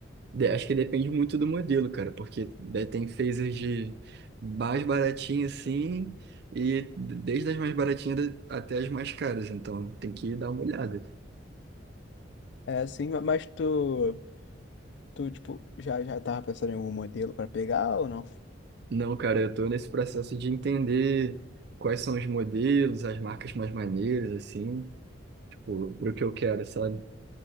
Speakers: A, on the right; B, on the left.
A: De- Acho que depende muito do modelo, cara, porque né, tem phasers de mais baratinha assim, e desde as mais baratinhas da- até as mais caras, então tem que dar uma olhada.
B: É, sim, ma- mas tu, tu, tipo, já, já tava pensando em algum modelo pra pegar ou não?
A: Não, cara, eu tô nesse processo de entender quais são os modelos, as marcas mais maneiras, assim, tipo, pro que eu quero, sabe?